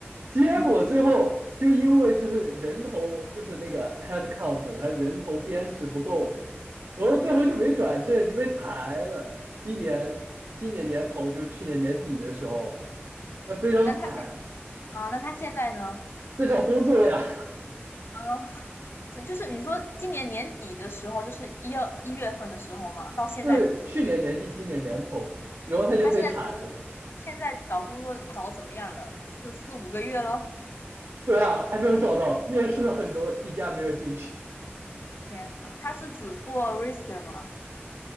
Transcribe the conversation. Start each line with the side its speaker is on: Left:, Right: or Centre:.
Right: 结果最后就因为就是人头就是那个
Left: 嗯哼，嗯
Right: head count，他人头编制不够，然后最后就没转正就被裁了。今年今年年头就是去年年底的时候，那非常惨，
Left: 那他现啊、那他现在呢？
Right: 在找工作呀，
Left: 啊这就是你说今年年底的时候，就是一二一月份的时候嘛，
Right: <laughs>
Left: 到现在
Right: 对，去年年底今年年头，然后他就被裁了。
Left: 他现在现在找工作找得怎么样了？四四五个月了？
Right: 对啊，还没有找到，面试了很多，一家没有进去。
Left: 天呐，他是只做 risker 吗？